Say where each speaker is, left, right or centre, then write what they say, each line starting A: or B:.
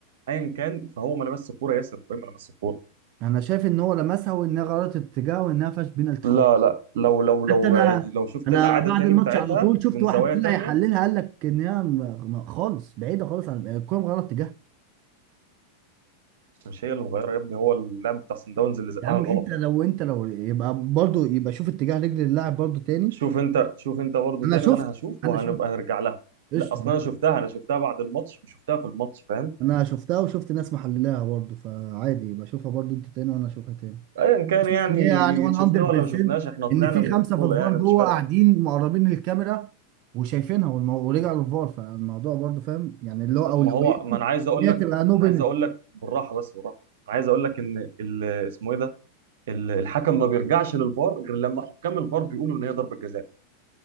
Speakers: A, on the right; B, on the right.
A: ايا كان فهو ما لمس الكوره ياسر ابراهيم ما لمس الكوره
B: انا شايف ان هو لمسها وانها غيرت اتجاه وانها فاش بينالتي
A: لا
B: خالص
A: لا لو لو لو
B: حتى انا
A: يعني لو شفت
B: انا
A: الإعادة
B: بعد
A: تاني
B: الماتش
A: بتاعتها
B: على طول شفت
A: من
B: واحد
A: زوايا
B: طلع
A: تانية
B: يحللها قال لك ان هي م- م- خالص بعيده خالص عن الكوره مغيره اتجاهها
A: مش هي اللي مغيرة يا ابني هو اللاعب بتاع سان داونز اللي زقها
B: يا عم
A: غلط
B: انت لو انت لو يبقى برضو يبقى شوف اتجاه رجل اللاعب برضو تاني
A: شوف انت شوف انت برضو
B: انا
A: تاني
B: شفت
A: وانا هشوف
B: انا
A: وهنبقى
B: شفت
A: نرجع لها
B: قشطه
A: لا اصلا
B: يا باشا
A: انا شفتها انا شفتها بعد الماتش مش شفتها في الماتش فاهم
B: انا شفتها وشفت ناس محللاها برضو فعادي يبقى شوفها برضو انت تاني وانا اشوفها تاني
A: ايا كان
B: شوف
A: يعني
B: ان هي يعني 100%
A: شفناه ولا ما شفناش احنا طلعنا
B: ان في
A: من
B: خمسه
A: البطولة
B: في الفار
A: يعني
B: جوه
A: مش فارقة
B: قاعدين مقربين للكاميرا وشايفينها والمو... ورجع للفار فالموضوع برضو فاهم يعني اللي هو
A: طب
B: اولويته
A: ما هو ما انا عايز اقول
B: ان هي
A: لك
B: تبقى نو
A: انا
B: بينالتي
A: عايز اقول لك بالراحة بس بالراحة أنا عايز اقول لك ان ال- اسمه ايه ده ال- الحكم ما بيرجعش للفار غير لما حكام الفار بيقولوا ان هي ضربة جزاء